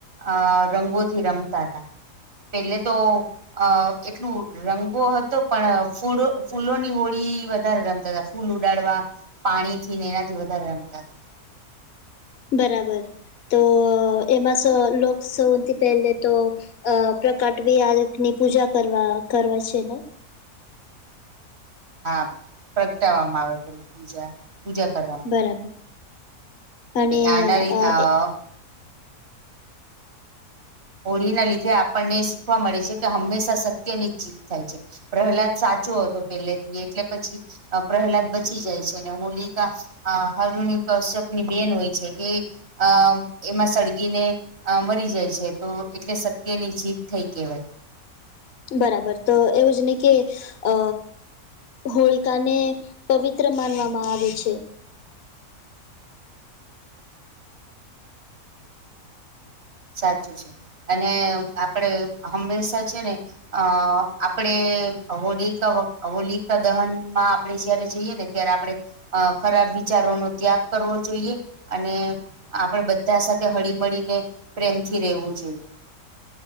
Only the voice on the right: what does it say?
અ રંગોથી રમતા હતા. પહેલે તો અ એટલું રંગો હતો પણ ફુડો ફૂલોની હોળી વધારે રમતા હતા. ફૂલ ઉડાડવા પાણીથી ને એનાથી વધારે રમતા હતા.
હા પ્રગટાવવામાં આવે પેલી પૂજા પૂજા કરવામાં આવે
આના અ
હોળીના લીધે આપણને શીખવા મળે છે કે હંમેશા સત્યની જ જીત થાય છે. પ્રહલાદ સાચો હતો પહેલેથી એટલે પછી અ પ્રહલાદ બચી જાય છે અને હોલિકા હ હરુણી કશ્યપની બેન હોય છે કે અ એમાં સળગીને અ મરી જાય છે. તો એટલે સત્યની જીત થઈ કેવાય.
સાચું છે અને આપણે હંમેશા છે ને અ આપણે હોલીકા હોલીકા દહનમાં આપણે જયારે જઈએ ને ત્યારે આપણે ખરાબ વિચારોનો ત્યાગ કરવો અને આપણેે બધા સાથે હળી મળીને પ્રેમથી રહેવું જોઈએ